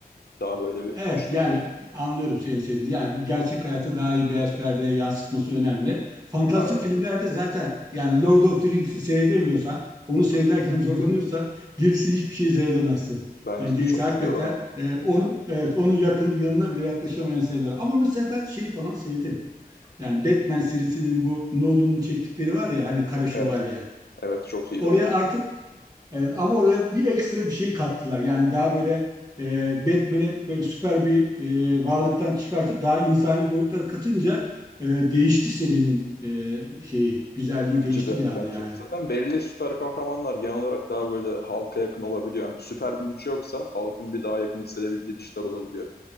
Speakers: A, on the left; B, on the right.
A: Daha böyle bir
B: Evet
A: hoşuma
B: yani
A: gidiyor.
B: anlıyorum senin sevdiğini. Yani gerçek hayatı daha iyi beyaz perdeye yansıtması önemli. Fantastik
A: Aynen
B: filmlerde
A: öyle.
B: zaten yani Lord of the Rings'i seyredemiyorsan, onu seyrederken <laughs> zorlanıyorsa gerisi hiçbir şey seyredemezsin.
A: Bence
B: Yani gerisi
A: de çok
B: hakikaten
A: iyi diyorlar ona.
B: e, onu evet onun yakın yanına bile yaklaşamayan seyirler. Ama mesela ben şeyi falan sevdim. Yani Batman serisinin bu Nolan'ın çektikleri var ya hani Kara Şövalye.
A: Evet. Evet çok iyiydi
B: Oraya
A: onlar.
B: artık Evet, ama oraya bir ekstra bir şey kattılar. Yani daha böyle e, Batman'i böyle süper bir e, varlıktan çıkartıp daha insani boyutlara katınca e, değişti serinin e, şeyi, güzelliği
A: Bence
B: değişti
A: de.
B: bir anda
A: Bence.
B: yani.
A: Zaten belli süper kahramanlar genel olarak daha böyle halka yakın olabiliyor. Yani süper bir gücü yoksa halkın bir daha yakın hissedebildiği bir şeyler olabiliyor.